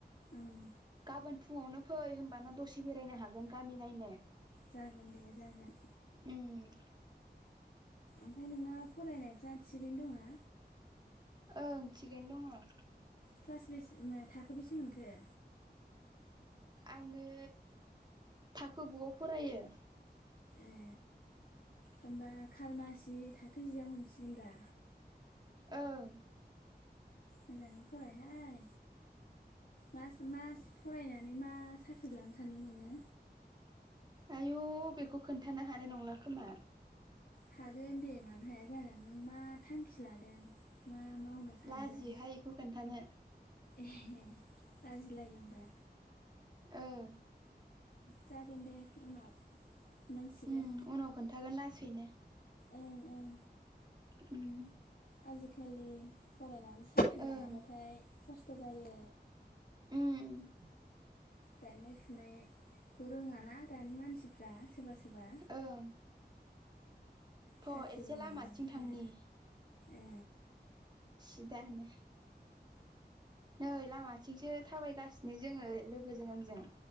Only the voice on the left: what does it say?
ओं
जागोन दे जागोन।
ओमफ्राय नोंना फरायनायफ्रा थिगैनो दंना?
क्लास बेसे मा थाखो बेसे मोनखो?
ए होमबा खालमासि थाखो जियाव मोनसिगोन दा!
मोजाङै फरायहाय मास मास फरायनानै मा साख्रि लानो सान्दों नोङो?
हागोन दे मानो हाया जानो नों मा थांखि लादों मा- मावनो सानदों
ए लाजिलायो होमबा!
जागोन दे उनाव! मोनसिगोन
ओं ओं
आजिखालि फरायनानै साख्रि लायाब्लाथाय
खस्थ' जायो!
गायनाय फुनायखौ रोङा ना दानि मानसिफ्रा सोरबा सोरबा!
साख्रिबो
मोनाबाथाय
ए